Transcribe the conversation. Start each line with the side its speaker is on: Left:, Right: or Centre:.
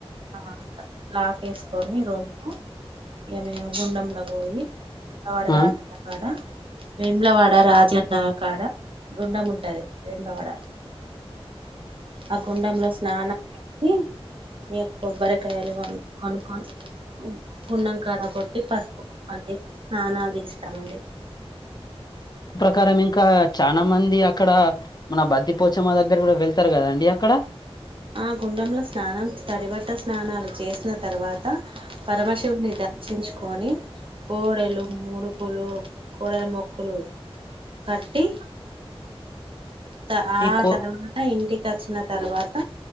Right: ఆ లాక్ ఏసుకొని రూమ్ కు ఇగ మేము గుండంలో పోయి ఆవాడ
Left: ఆ
Right: రాసాట అక్కడ వేములవాడ రాజ అన్న కాడ గుండం ఉంటది వేములవాడ ఆ గుండంలో స్నానం చేసి ఇగ కొబ్బరికాయలు కొన్ కొనుక్కొని గున్నం కాడ కొట్టి పసుపుకొమ్మలు వేసి స్నానాలు చేస్తామండి
Left: కారం ఇంకా చాలా మంది అక్కడ మన బద్ధి పోచమ్మ దగ్గర కూడా వెళ్తారు గదా అండి అక్కడ
Right: ఆ గుండంలో స్నానం తడిబట్ట స్నానాలు చేసిన తర్వాత పరమశివున్ని ద‌న్ దర్షించుకొని కోడలు ముడుపులు కోడల మొక్కలు కట్టి త ఆ
Left: ఈ కో
Right: తర్వాత ఇంటికి వచ్చిన తర్వాత